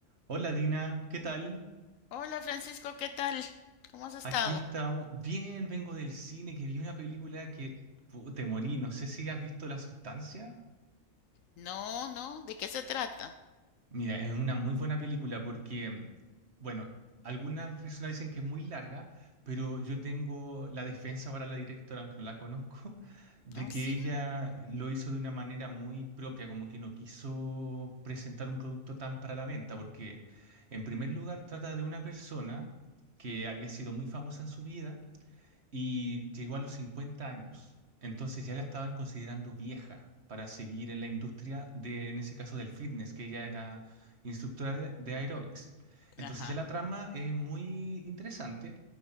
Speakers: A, on the right; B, on the left.
A: Hola Dina, ¿qué tal?
B: Hola Francisco, ¿qué tal? ¿Cómo has estado?
A: Aquí estamos. Bien, vengo del cine que vi una película que pu, te morí. No sé si has visto La Sustancia.
B: No, no, ¿de qué se trata?
A: Mira, es una muy buena película porque, mm, bueno, algunas personas dicen que es muy larga, pero yo tengo la defensa para la directora, aunque no la conozco, <laughs> de
B: Oh,
A: que
B: sí,
A: ella lo hizo de una manera muy propia, como que no quiso presentar un producto tan para la venta, porque en primer lugar trata de una persona que había sido muy famosa en su vida y llegó a los 50 años. Entonces ya la estaban considerando vieja para seguir en la industria de, en ese caso, del fitness, que ella era instructora de, de aeróbics. Entonces
B: ajá.
A: ya la trama es muy interesante